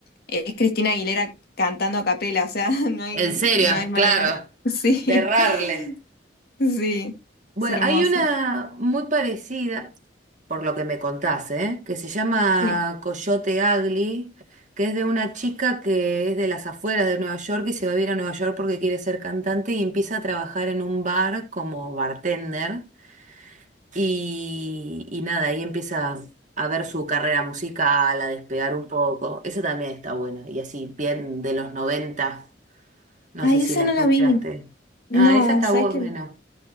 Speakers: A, on the left; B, on the right.
A: es Cristina Aguilera cantando a capela, o sea, <laughs> no hay,
B: En
A: no
B: serio,
A: hay manera.
B: claro.
A: Sí,
B: De errarle.
A: <laughs> sí,
B: Bueno,
A: es hermosa.
B: hay una muy parecida, por lo que me contaste, ¿eh? que se llama
A: Sí.
B: Coyote Ugly, que es de una chica que es de las afueras de Nueva York y se va a vivir a Nueva York porque quiere ser cantante y empieza a trabajar en un bar como bartender. Y, y nada, ahí empieza a ver su carrera musical, a despegar un poco. Eso también está bueno. Y así, bien de los 90. No
A: Ay,
B: sé si
A: esa
B: la
A: no
B: escuchaste.
A: la vi. No,
B: Ah, esa está
A: ¿sabes
B: buena.
A: qué?